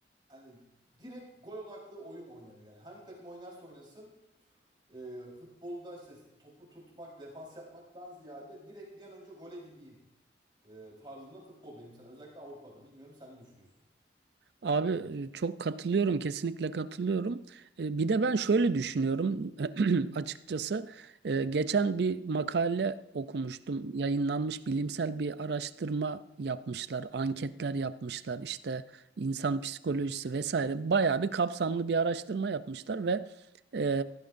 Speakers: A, on the right; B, on the right.
A: hani direkt gol odaklı oyun oynanıyor. Yani hangi takım oynarsa oynasın e, futbolda işte topu tutmak, defans yapmaktan ziyade direkt bir an önce gole gideyim e, tarzında futbol benim sana. Özellikle Avrupa'da. Bilmiyorum sen ne düşünüyorsun?
B: Abi e, çok katılıyorum, kesinlikle katılıyorum. E, Bir de ben şöyle düşünüyorum <clears throat> açıkçası. E, Geçen bir makale okumuştum. Yayınlanmış bilimsel bir araştırma yapmışlar, anketler yapmışlar, işte insan psikolojisi vesaire. Bayağı bir kapsamlı bir araştırma yapmışlar ve e,